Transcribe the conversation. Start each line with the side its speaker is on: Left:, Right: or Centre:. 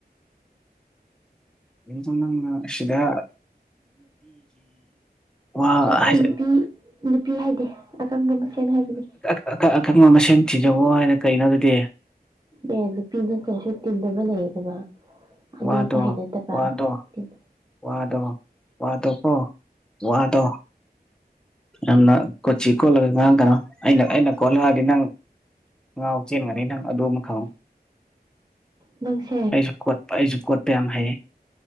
Centre: ꯑꯗꯣ ꯅꯪꯅꯥꯁꯤꯗ ꯋꯥ
Right: ꯑꯁ ꯑꯩ
Centre: ꯍꯥꯏꯖ
Right: ꯅꯨꯄꯤ ꯅꯨꯄꯤ ꯍꯥꯏꯗꯤ ꯑꯀꯪꯕ ꯃꯁꯦꯟ ꯍꯥꯏꯕꯅꯦ
Centre: ꯑꯈꯪ ꯑꯈꯪꯕ ꯃꯁꯦꯟ ꯊꯤꯖꯧꯑꯣ ꯍꯥꯏꯅ ꯀꯩꯅꯣ ꯑꯗꯨꯗꯤ
Right: ꯑꯦ ꯅꯨꯄꯤ ꯅꯠꯇ꯭ꯔꯁꯨ ꯇꯤꯟꯕ ꯂꯩꯌꯦꯗꯅ ꯑꯗꯨꯗ
Centre: ꯋꯥꯗꯣ
Right: ꯍꯩꯅꯗꯕ
Centre: ꯋꯥꯗꯣ
Right: ꯇꯤꯟ
Centre: ꯋꯥꯗꯣ ꯋꯥꯗꯣꯀꯣ ꯋꯥꯗꯣ ꯌꯥꯝꯅ ꯀꯣꯆꯤ ꯀꯣꯠꯂꯒ ꯉꯥꯡꯒꯅꯣ ꯑꯩꯅ ꯑꯩꯅ ꯀꯣꯠꯂꯛꯑꯗꯤ ꯅꯪ ꯉꯥꯎ ꯆꯦꯟꯒꯅꯤ ꯅꯪ ꯑꯗꯨ ꯑꯃ ꯈꯪꯉꯨ
Right: ꯅꯪꯁꯤ
Centre: ꯑꯩꯖꯨ ꯀꯣꯠꯄ ꯑꯩꯖꯨ ꯀꯣꯠꯄ ꯌꯥꯝ ꯍꯩꯌꯦ